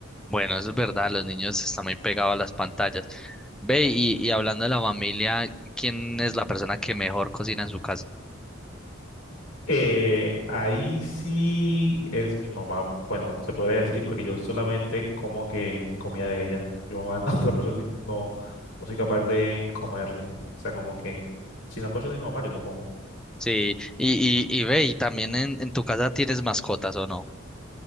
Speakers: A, in the centre; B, on the left.
A: Bueno, eso es verdad, los niños están muy pegados a las pantallas. Ve, y, y hablando de la familia, ¿quién es la persona que mejor cocina en su casa?
B: Eh, ahí sí es mi mamá, bueno, se puede decir porque yo solamente como que comía de ella. Yo a <laughs> otra persona no, no soy capaz de comerle. O sea, como que si no cocina mi mamá, yo no como.
A: Sí, y, y, y ve, y también en, en tu casa tienes mascotas, ¿o no?